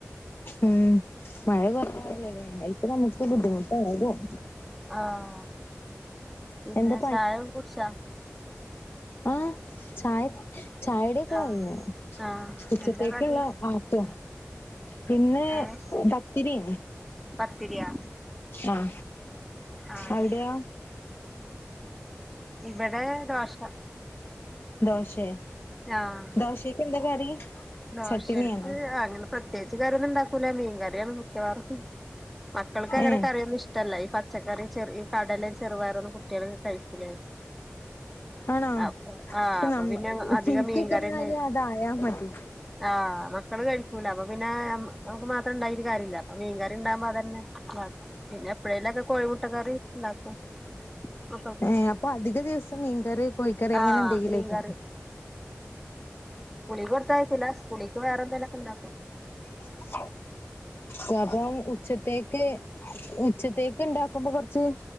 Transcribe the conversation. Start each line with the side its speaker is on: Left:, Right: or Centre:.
Left: ഉം മഴ കൊറല്ല വേന ഇത്ര നമുക്ക് ബുദ്ധിമുട്ട ആകും
Centre: ആഹ പിന്നെ
Left: എന്താ
Centre: ചായക്കെകുടിച്ച
Left: ആഹ ചായ ചായകുടിക്കെ
Centre: ആഹ്
Left: കഴിഞ്ഞ
Centre: ആഹ്
Left: ഉച്ചത്തേക്കുള്ള
Centre: എന്താ കടി
Left: ആറ്റ പിന്നെ
Centre: ഏഹ്
Left: കത്തിരി
Centre: പത്തിരിയാ
Left: ആഹ
Centre: ആഹ്
Left: അവിടെയാ
Centre: ഇവിടെ ദോഷ
Left: ദോശേ
Centre: ആഹ
Left: ദോശക് എന്താ കറി
Centre: ദോശ
Left: ചട്ടിനിയാണോ
Centre: എടുത്ത് അങ്ങനെ പ്രത്യേകി കാര്യൊന്നും ഇണ്ടാക്കൂല മീൻകറിയാണ് മിക്കവാറും മക്കൾക്ക് അങ്ങനെ
Left: ഏഹ്
Centre: കറിയൊന്നും ഇഷ്ടമല്ല ഈ പച്ചക്കറി ചെറിയ കടലും ചെറുവാറൊന്നന്ന് കുട്ടികളൊക്കെ കഴിക്കൂല
Left: ആണോ
Centre: അപ്പൊ
Left: പക്ഷെ
Centre: ആഹ് അപ്പൊ
Left: നമ്മ
Centre: പിന്നെ അധികം
Left: എനിക്കൊക്കെ
Centre: മീൻകറിന്ത
Left: എന്നാല് അതായാ മതി
Centre: ആഹ് മക്കള് കഴിക്കുല അപ്പൊ പിന്നെ നമുക്ക് മാത്രം ഉണ്ടായരു കാര്യമില്ല അ മീൻകറി ഇണ്ടാവുമ്പോതന്നൊക്ക പിന്നെ എപ്പഴേലും ഒക്കെ കോഴിമുട്ട കറി ഉണ്ടാക്കും മക്കൾക്ക്
Left: ഏ അപ്പൊ അധിക ദിവസം മീൻകറി കോഴിക്കറി അങ്ങനെ
Centre: ആഹ്
Left: എന്തെങ്കിലുംക്ക
Centre: മീൻകറി പുളി കൊടുത്തായിക്കൂല പുളിക്ക് വേറെന്തേലൊക്കെ ഉണ്ടാക്കും
Left: <inaudible> ഉ അ അപ്പം ഉച്ചത്തേക്ക് ഉച്ചത്തേക്ക് ഉണ്ടാക്കുമ്പോൾ കുറച്ച്